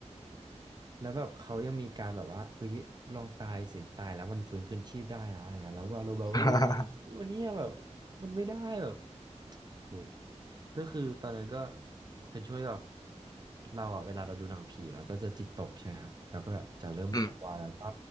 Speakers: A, on the right; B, on the left.
A: แล้วแบบเขายังมีการแบบว่าเอ้ยลองตายสิตายแล้วมันฟื้นคืนชีพได้นะอะไรเงี้ยแล้ววาโลแบบว่าเอ้ย
B: <laughs>
A: วันเนี้ยแบบมันไม่ได้แบบโห ก็คือตอนนั้นก็เป็นช่วงที่แบบเราอะเวลาเราดูหนังผีเราก็จะจิตตกใช่ไหมครับเราก็แบบจะเริ่มกลัวแล้วก็
B: อืม